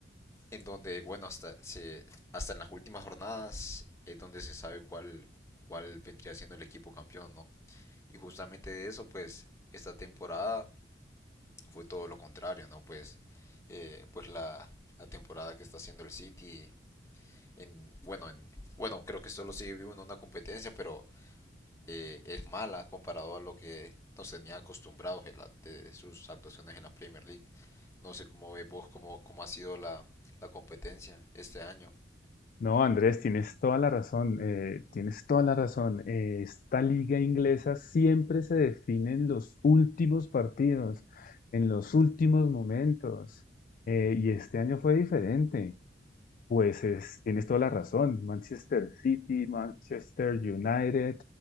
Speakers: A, on the left; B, on the left.
A: en donde, bueno, hasta, se, hasta en las últimas jornadas es donde se sabe cuál, cuál vendría siendo el equipo campeón, ¿no? Y justamente de eso, pues, esta temporada fue todo lo contrario, ¿no? Pues, eh, pues la, la temporada que está haciendo el City en bueno, en, bueno, creo que solo sigue vivo en una competencia, pero eh, es mala comparado a lo que nos tenía acostumbrados en la, de sus actuaciones en la Premier League. No sé cómo ves vos, cómo, cómo ha sido la, la competencia este año.
B: No, Andrés, tienes toda la razón, eh, tienes toda la razón. Eh, esta liga inglesa siempre se define en los últimos partidos, en los últimos momentos. eh, y este año fue diferente. Pues es- tienes toda la razón. Manchester City, Manchester United,